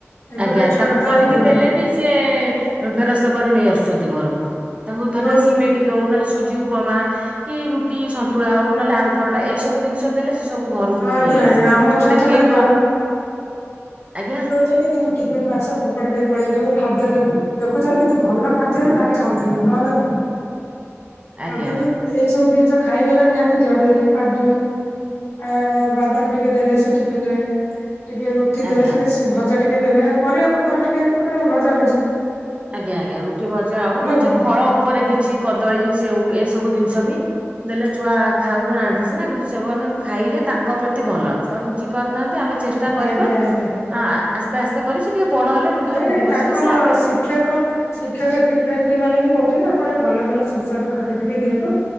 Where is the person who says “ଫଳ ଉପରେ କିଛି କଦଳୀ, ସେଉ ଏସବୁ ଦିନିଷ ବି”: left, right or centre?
Right